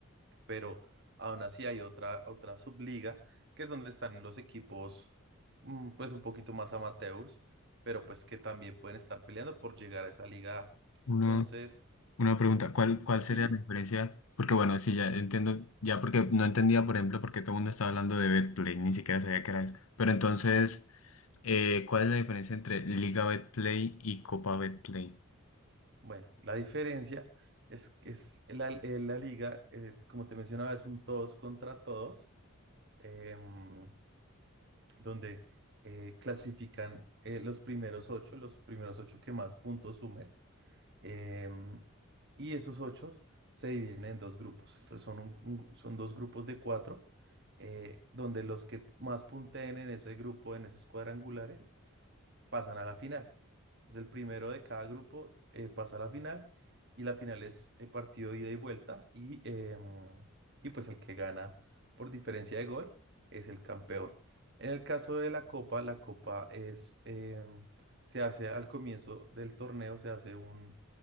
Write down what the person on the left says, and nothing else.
Una,
una pregunta, ¿cuál, cuál sería
la diferencia? Porque bueno, sí, ya entiendo, ya porque no entendía, por ejemplo, porque todo el mundo estaba hablando de BetPlay, ni siquiera sabía qué era eso. Pero entonces, eh, ¿cuál es la diferencia entre Liga BetPlay y Copa BetPlay?